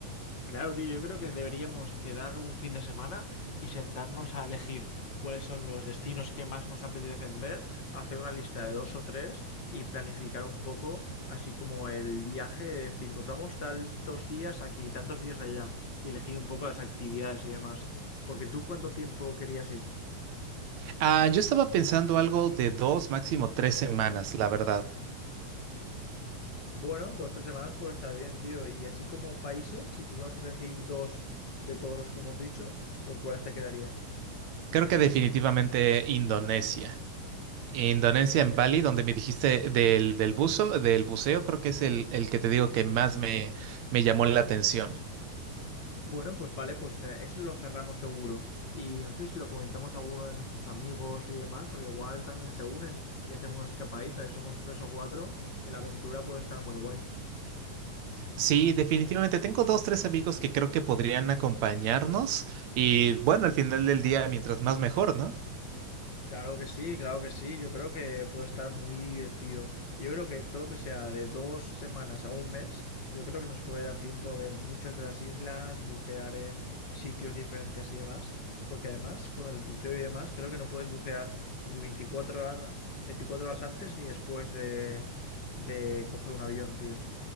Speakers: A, on the left (about 45°); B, on the right (about 65°).
A: Claro, tío, yo creo que deberíamos quedar un fin de semana y sentarnos a elegir cuáles son los destinos que más nos apetecen ver, hacer una lista de dos o tres y planificar un poco, así como el viaje, de decir, pues vamos tantos días aquí, tantos días allá, y elegir un poco las actividades y demás. Porque tú, ¿cuánto tiempo querías ir?
B: Ah, yo estaba pensando algo de dos, máximo tres semanas, la verdad.
A: Bueno, dos, o tres semanas puede estar bien, tío. Y así como países, si tuviéramos que elegir dos de todos los que hemos dicho, ¿con cuáles te quedarías?
B: Creo que definitivamente Indonesia. Indonesia en Bali, donde me dijiste del, del buzo, del buceo, creo que es el, el que te digo que más me, me llamó la atención.
A: Bueno, pues vale, pues eh, eso lo cerramos seguro. Y no sé si lo comentamos a alguno de nuestros amigos y demás, al igual también se unen y hacemos una escapadita y somos tres o cuatro, eh, la aventura puede estar muy guay.
B: Sí, definitivamente. Tengo dos, tres amigos que creo que podrían acompañarnos y bueno, al final del día, mientras más mejor, ¿no?
A: Claro que sí, claro que sí. Yo creo que puede estar muy divertido. Yo creo que todo lo que sea de dos semanas a un mes, yo creo que nos puede dar tiempo a ver muchas de las islas, bucear en sitios diferentes y demás. Porque además, con el buceo y demás, creo que no puedes bucear ni 24 horas, 24 horas antes ni después de, de coger un avión, tío.